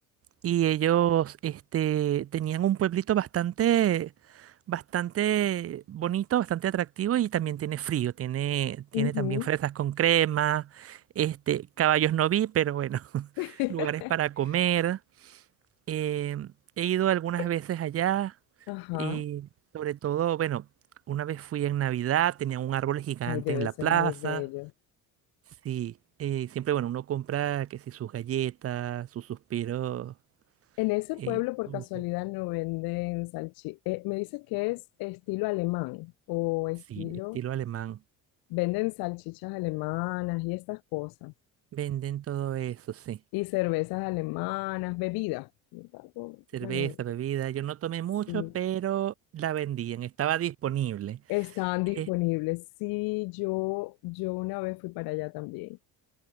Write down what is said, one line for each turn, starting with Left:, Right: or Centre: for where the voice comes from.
Right: Y ellos, este, tenían un pueblito bastante, bastante bonito, bastante atractivo y también tiene frío, tiene, tiene
Left: ujú.
Right: también fresas con crema, este, caballos no vi, pero bueno, <laughs>
Left: <laughs>
Right: lugares para comer. Em, he ido algunas
Left: Eh,
Right: veces allá
Left: Ajá,
Right: y sobre todo, bueno, una vez fui en Navidad, tenía un árbol gigante
Left: ay, debe
Right: en la
Left: ser
Right: plaza.
Left: muy bello.
Right: Sí, eh, siempre, bueno, uno compra que si sus galletas, sus suspiros
Left: En ese
Right: eh,
Left: pueblo, por
Right: dulces.
Left: casualidad, no venden salchichas. me dices que es estilo alemán o estilo,
Right: Sí, estilo alemán.
Left: venden salchichas alemanas y estas cosas.
Right: Venden todo eso, sí.
Left: y cervezas alemanas, bebidas. algo-
Right: Cerveza,
Left: Bueno, bebidas.
Right: bebida. Yo no tomé
Left: Sí,
Right: mucho, pero la vendían, estaba disponible.
Left: estaban disponibles.
Right: ¿Qué-
Left: Sí, yo, yo una vez fui para allá también.